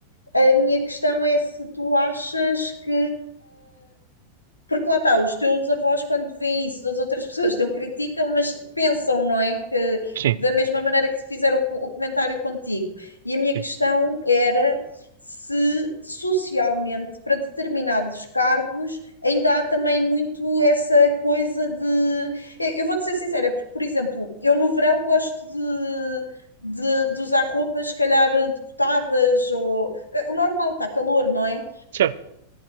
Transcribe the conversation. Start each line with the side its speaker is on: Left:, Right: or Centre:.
Left: A minha questão é se tu achas que porque lá está, os teus avós, quando veem isso das outras pessoas, não criticam, mas pensam, não é? Que
Right: Sim,
Left: da mesma maneira que fizeram o o comentário contigo. E a minha
Right: sim.
Left: questão era se socialmente, para determinados cargos, ainda há também muito essa coisa de. Eu eu vou-te ser sincera, é porque, por exemplo, eu no verão gosto de. De, de usar roupas, se calhar, decotadas, ou. eh, O normal, está calor, não é?
Right: Certo,